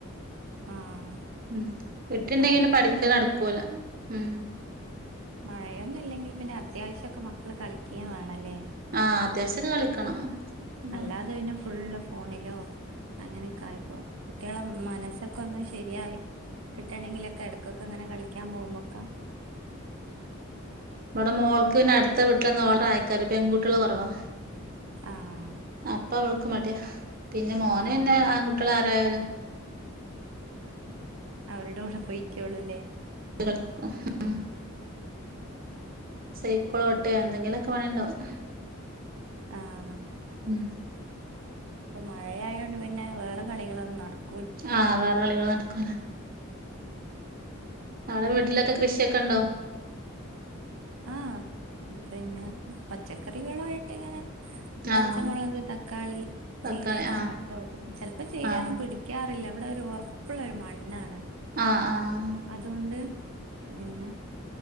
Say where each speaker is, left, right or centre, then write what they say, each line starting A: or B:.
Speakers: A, on the right; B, on the right.
A: ആഹ്
B: ഉം വിട്ട്ണ്ടെങ്കിന്നെ
A: മഴയൊന്നും
B: പഠിക്കല്
A: ഇല്ലെങ്കില്
B: നടക്കൂല ഉംഹ്
A: മഴയൊന്നില്ലെങ്കിൽ പിന്നെ അത്യാവശ്യോക്കെ മക്കള് കളിക്കുകയും വേണല്ലേ
B: ആഹ് അത്യാവശ്യൊക്കെ കളിക്കണം മ
A: അല്ലാതെപിന്നെ ഫുള്ള് ഫോണിലോ അങ്ങനെയൊക്കായപ്പോവും കുട്ടികളെ മനസ്സൊക്കൊന്ന് ശരിയായി കിട്ടണെങ്കിലൊക്കെടക്കൊക്കങ്ങനെ കളിക്കാൻ പോകുമ്പൊക്ക
B: ഇവടെ മോൾക്ക് പിന്നെ അടുത്തവീട്ടിലൊന്നും ഓളയക്കാറില്ല പെൺകുട്ടികള് കൊറവാ
A: ആഹ്
B: അപ്പവള്ക്ക്മടിയാ പിന്നെ മോന്പിന്നെ
A: ആഹ്
B: ആൺകുട്ടികളാരായാലും
A: അവരുടെകൂടെ പോയിക്കോളൂല്ലേ
B: <inaudible> സൈക്കളോട്ടേ എന്തെങ്കിലൊക്കെ പണിണ്ടാവും
A: ആ-ഹാ
B: ഉം
A: ഇപ്പൊ മഴയായൊണ്ട്പിന്നെ വേറെ കളികളൊന്നും നടക്കു
B: ആഹ് വേറെകളികള് നടക്കൂല ആടെ വീട്ടിലൊക്കെ കൃഷിയൊക്കെണ്ടോ
A: ആ പിന്നെ പച്ചക്കറികളായിട്ടിങ്ങനെ പച്ചമുളക്
B: ആഹ്
A: തക്കാളി
B: തക്കാളി
A: ചീരയൊക്കെ
B: ആഹ്
A: നട്ടോക്കും ചിലപ്പോ ചീരയൊന്നും
B: ആഹ്
A: പിടിക്കാറില്ല ഇല്ല ഇവിടൊരു ഉറപ്പുള്ളൊരു മണ്ണാണ്
B: ആഹ്-ആഹ്
A: അതുകൊണ്ട് പിന്നെ